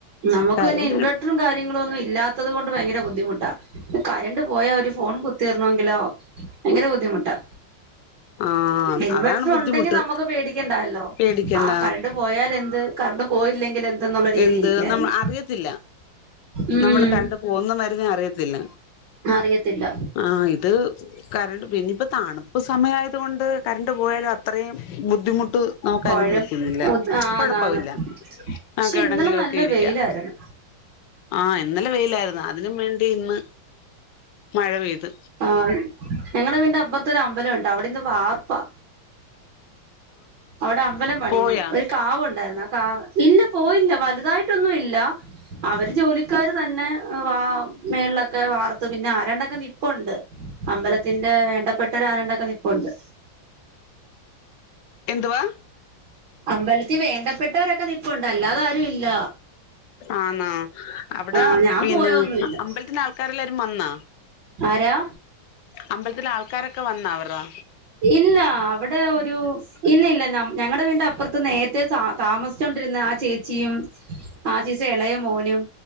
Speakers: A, on the right; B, on the left.
A: നമുക്ക്
B: കരണ്ടിന്
A: പിന്നെ ഇൻവേർട്ടറും കാര്യങ്ങളും ഒന്നും ഇല്ലാത്തത് കൊണ്ട് ഭയങ്കര ബുദ്ധിമുട്ടാ കറണ്ട് പോയാ അവ ഒരു ഫോൺ കുത്തിരണമെങ്കിലോ ഭയങ്കര ബദ്ധിമുട്ടാ
B: ആഹ്
A: ഇൻവെർട്ടർ
B: അതാണ് ബുദ്ധിമുട്ട്
A: ഉണ്ടെങ്കി നമുക്ക് പേടിക്കണ്ടല്ലോ
B: പേടിക്കണ്ട
A: ആ കറണ്ട് പോയാല എന്ത് കറണ്ട് പോയില്ലെങ്കിൽ എന്തെന്നുള്ള രീതിയിൽ
B: എന്ത്
A: ഇരിക്കായിരുന്നു
B: നമ്മൾ അറിയത്തില്ല
A: ഉം
B: നമ്മൾ കണ്ടു പോകുന്ന മരുന്ന അറിയത്തില്ല
A: അറിയത്തില്ല
B: ആ ഇത് കറണ്ട് പിന്നെയിപ്പ തണുപ്പ് സമയയത കൊണ്ട് കറണ്ട് പോയാല അത്രയും ബുദ്ധിമുട്ട് നമുക്ക്
A: കൊഴ
B: അനുഭവിക്കുന്നില്ല
A: ആന്നാന്ന്
B: കൊഴപ്പവില്ല
A: പക്ഷെ
B: ആക്കെ എവിടെങ്കിലും
A: ഇന്നലെ നല്ല
B: ഒക്കെ ഇരിക്കാം
A: വെയിലായിരുന്നു
B: ആ ഇന്നലെ വെയിലായിരുന്നു അതിനും വേണ്ടി ഇന്ന് മഴ ത്
A: ആഹ് ഞങ്ങടെ വീടിന്റെ അപ്പുറത്തൊരു അമ്പലം ഉണ്ട് അവിടെ ഇന്ന് വാർപ്പാ അവിടെ അമ്പലം പണീന്ന്
B: പോയാ
A: ഒരു കാവ ഉണ്ടായിരുന്ന ഇല്ല പോയില്ല വലുതായിട്ടൊന്നും ഇല്ല. അവര് ജോലിക്കാര് തന്നെ വ മേളിലൊക്കെ വാർത്ത് പിന്നെ ആരെണ്ടൊക്കെ നിപ്പുണ്ട്. അമ്പലത്തിന്റെ വേണ്ടപ്പെട്ടവര് ആരാണ്ടൊക്കെ നിപ്പുണ്ട്.
B: എന്തുവാ?
A: അമ്പലത്തിൽ വേണ്ടപ്പെട്ടവരൊക്കെ നിപ്പുണ്ട് അല്ലാതെ ആരും ഇല്ല
B: ആന്നോ അവിടെ
A: ആ ഞാൻ
B: പിന്നെ
A: പോയൊന്നുമില്ല
B: അമ്പലത്തിന്റെ ആൾക്കാരെല്ലാരും വന്ന
A: ആരാ
B: അമ്പലത്തില ആൾക്കാരൊക്കെ വന്നാ അവറാ?
A: ഇല്ല അവിടെ ഒരു ഇല്ല ഇല്ല ഞ ഞങ്ങളടെ വീടിൻ്റെ അപ്പുറത്ത് നേരത്തെ താമസിച്ചൊണ്ടിരുന്ന ആ ചേച്ചിയും ആ ചേച്ചി ഇളയും മോനും